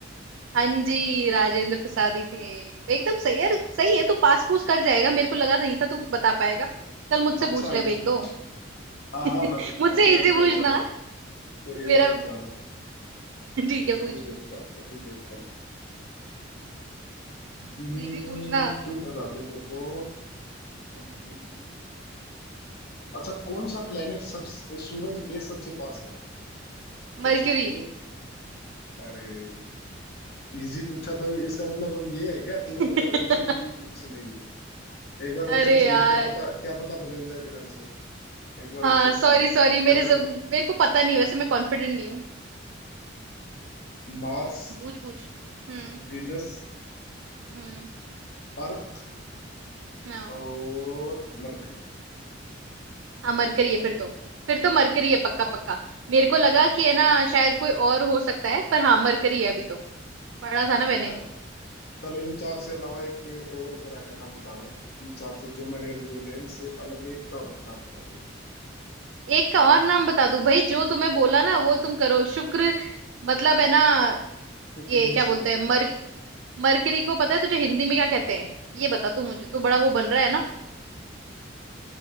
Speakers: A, on the right; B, on the left.
A: हाँ जी राजेंद्र प्रसाद ही थे एकदम सही यार
B: हाँ
A: सही है तू पास पूछ कर जाएगा मेरे को लगा नहीं था तू बता पाएगा चल मुझसे
B: अच्छा
A: पूछ ले
B: इत-
A: अब एक दो
B: हाँ
A: <laughs>
B: हाँ मैं पूछूं
A: मुझसे
B: तेरा
A: इजी
B: भी तो
A: पूछना
B: एग्जाम है तेरे
A: मेरा
B: भी तो एग्जाम
A: <laughs>
B: है
A: ठीक है
B: अभी
A: पूछ
B: देखता
A: पूछ
B: हूँ अभी देखता हूँ हम्म,
A: इजी पूछना
B: तू बता दे मेरे को हम्म, हम्म, हम्म, हम्म। अच्छा कौन सा प्लेनेट सब सूरज के सबसे पास है Option
A: मरक्यूरी
B: A अरे इजी पूछा तो इसका मतलब अब ये है क्या तू
A: <laughs>
B: मतलब ऑप्शन भी नहीं सुनेगी एक बार
A: अरे
B: ऑप्शन सुन
A: यार
B: ले क्या पता क्या पता बदल जाए तेरा आंसर एक बार
A: हाँ
B: ऑप्शन
A: सॉरी
B: सुन ले क्या
A: सॉरी मेरे
B: पता
A: जब मेरे को पता नहीं वैसे मैं कॉन्फिडेंट नहीं हूँ
B: मार्स
A: पूछ पूछ हम्म
B: विनस
A: हम्म
B: अर्थ
A: हाँ
B: और मरकरी
A: हाँ मरकरी है फिर तो फिर तो मरकरी है पक्का पक्का मेरे को लगा कि है ना शायद कोई और हो सकता है पर हाँ मरकरी है अभी तो पढ़ा था ना मैंने
B: चलो चलो इन चार से अलावा एक और ग्रह का नाम बताना इन चार से जो मैंने अभी बोले इनसे अलग एक का और नाम बता दो
A: एक का और नाम बता दूं भाई जो तुम्हें बोला ना वो तुम करो शुक्र मतलब है ना
B: इंग्लिश
A: ये क्या बोलते
B: में बोले
A: हैं मर मरकरी को पता है तुझे हिंदी में क्या कहते हैं ये बता तू मुझे तू बड़ा वो बन रहा है ना